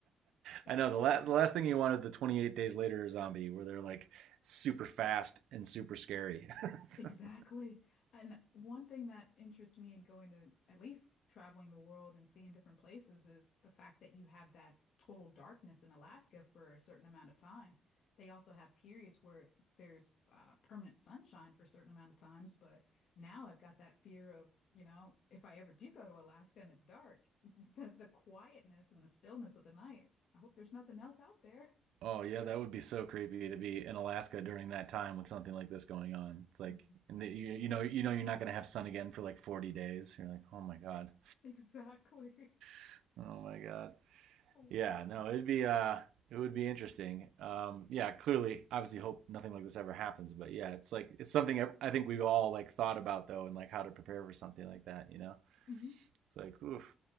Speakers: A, on the left; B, on the right.
A: that
B: I know
A: was
B: the, la-
A: pretty.
B: the last thing you want is the 28 days later zombie where they're like super fast and super scary.
A: Exactly.
B: <laughs>
A: And one thing that interests me in going to at least traveling the world and seeing different places is the fact that you have that total darkness in Alaska for a certain amount of time. They also have periods where there's uh, permanent sunshine for a certain amount of times, but now I've got that fear of, you know, if I ever do go to Alaska and it's dark, <laughs> the, the quietness and the stillness of the night. I hope there's nothing else out there.
B: Oh yeah, that would be so creepy to be in Alaska during that time with something like this going on. It's like,
A: <laughs>
B: and the, you you know you know you're not gonna have sun again for like 40 days. You're like, oh my god,
A: Exactly.
B: <laughs> oh my god.
A: <laughs>
B: Yeah, no, it'd be uh, it would be interesting. Um, yeah, clearly, obviously, hope nothing like this ever happens. But yeah, it's like it's something I think we've all like thought about though, and like how to prepare for something like that. You know,
A: Mhm.
B: it's like, oof,